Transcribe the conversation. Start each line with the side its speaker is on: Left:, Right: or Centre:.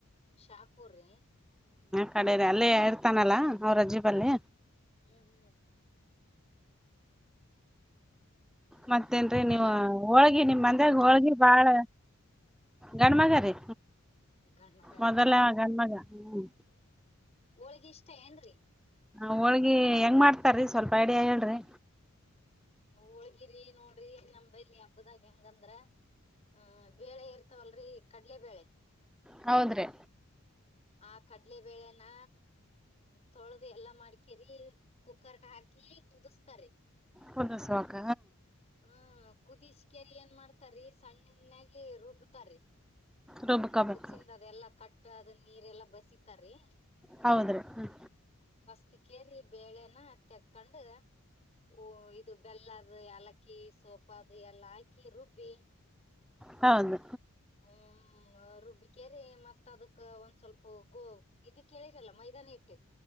Left: ಶಾಪ್ರ
Centre: ಕಡನೆ ಅಲ್ಲಿೇ ಇರ್ತಾನಲ್ಲಾ ಅವ್ರ ಅಜಿಬಲ್ಲಿ
Left: ಹ್ಮ ಹ
Centre: ಮತ್ತೇನ್ೀ ನೀವು
Left: ಗಂಟ್
Centre: ಹೋಳಗಿ ನಿಮ್ ಅದಾಗ ಹೋಳ್ಗಿ ಬಾಳ ಗಂಡ ಮಗ ರೀ
Left: ಗಂಡ ಮಗ
Centre: ಮೊದಲೇ
Left: ರೀ
Centre: ಗಂಡ ಮಗ ಹ
Left: ಹೋಳಗ ಇಷ್ಟ ಏನ್ರಿ
Centre: ಹ ಹೋಳ್ಗಿ ಹೆಂಗ್ ಮಾಡ್ತಾರೀ ಸ್ವಲ್ಪ ಐಡಿಯಾ ಹೇಳ್ರಿ
Left: ಹೋಳ್ಗಿರಿ ನೋಡ್ರಿ ನಲ್ಲಿ ಹಬ್ಬದಾಗ ಹೆಂಗಂದ್ರ ಹ ಬೇಳೆ ಇರ್ತವಲ್ಲ ೀ ಕಡಲೆಬೇಳೆ
Centre: ಹೌದ್ರಿ
Left: ಆ ಕಡ್ಲೆಬೇಳೆನ ತೊಳೆದು ಎಲ್ಲಾ ಮಾಡ್ಕೇರಿ ಕುಕ್ಕರ್ ಕಕ ಕುುದ್ತಾರೆ
Centre: ಪಂದಸೋಕ
Left: ಹ್ಮ್ ಕುದಿಸಕೇರಿ ಏನ್ ಮಾಡ್ತಾರೀ ಸಣ್ಣಾಗಿ ರುಬ್ಬತಾರೀ
Centre: ರುಬ್ಕೋಬೇಕ
Left: ಕುಸಿಂದದೆ ಎಲ್ಲಾ ಕಟ್ ಅದ ನೀರೆಲ್ಲಾ ಬಸಿತಾರೀ
Centre: ಹೌದ್ರೀ ಹ್ಮ್
Left: ಹತ್ ಕೆಜಿ ಬೇಳೆನ ತಕ್ಕೊಂಡು ಓ ಇದು ಬೆಲ್ಲದ ಯಲಕ್ಕಿ ಸೋಪ ಅದು ಎಲ್ಲ ಹಾಕಿ ರುಬ್ಬಿ
Centre: ಹೌದು
Left: ಹ್ಮ್ ರುಬ್ಬಿಕೇರಿ ಮತ್ತ ಮತ್ತ ಅದಕ್ಕ ಒಂದ್ ಸ್ವಲ್ಪ ಗೋ ಇದ ಕೇಳಿರಲ್ಲ ಮೈದಾನ ಇಟ್